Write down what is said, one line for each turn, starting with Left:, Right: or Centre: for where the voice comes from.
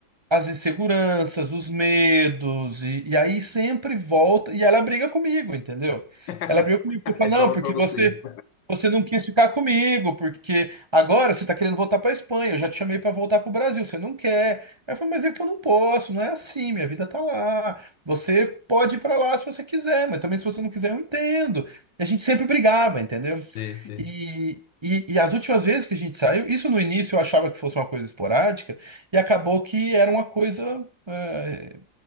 Right: as inseguranças, os medos e, e aí sempre volta e ela briga comigo, entendeu?
Left: <laughs>
Right: Ela briga comigo porque fala,
Left: É
Right: não,
Left: só
Right: porque
Left: pra você.
Right: você você não quis ficar comigo, porque agora você está querendo voltar para a Espanha. Eu já te chamei para voltar para o Brasil, você não quer. Aí eu falei, mas é que eu não posso, não é assim, minha vida tá lá. Você pode ir para lá se você quiser, mas também se você não quiser, eu entendo. E a gente sempre brigava, entendeu?
Left: Sei, sei.
Right: E, e, e as últimas vezes que a gente saiu, isso no início eu achava que fosse uma coisa esporádica, e acabou que era uma coisa eh,